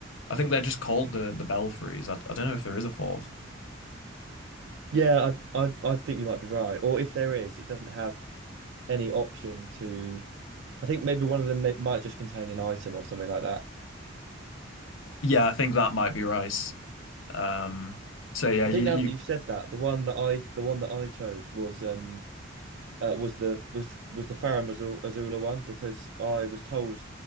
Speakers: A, on the left (about 75°); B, on the right (about 65°).
A: I think they're just called the the Belfries. I, I don't know if there is a fourth.
B: yeah, I I I think you might be right. Or if there is, it doesn't have any option to. I think maybe one of them may, might just contain an item or something like that.
A: Yeah, I think that might be Rice. Um, so yeah,
B: I
A: you
B: think now
A: you
B: that you've said that, the one that I the one that I chose was um uh, was the was was the Farah Azula Azula one because I was told